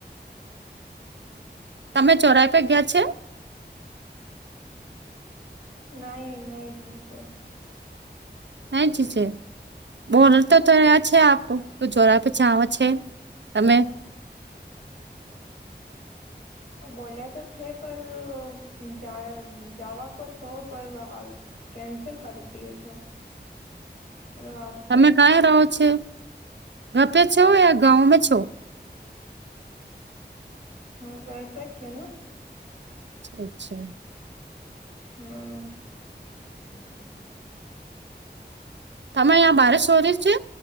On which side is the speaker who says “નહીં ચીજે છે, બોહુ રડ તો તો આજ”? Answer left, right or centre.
Right